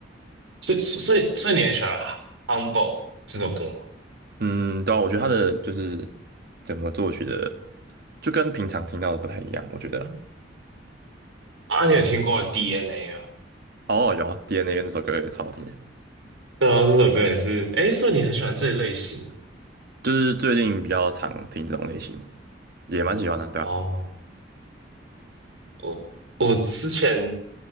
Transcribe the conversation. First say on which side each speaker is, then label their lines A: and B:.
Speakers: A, on the right; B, on the right.
A: 所以所以所以你很喜欢《Humble》这首歌吗？
B: 嗯，对啊，我觉得他的就是整个作曲的就跟平常听到的不太一样，我觉得
A: 嗯啊，你有听过 DNA 吗？
B: 哦，有啊，DNA 那首歌也超好听的，
A: 对啊，这首歌也是。哎，所以你很喜欢这一类型
B: 就是最近比较常听这种类型的，也蛮喜欢的啊，对啊，
A: 哦。哦我我之前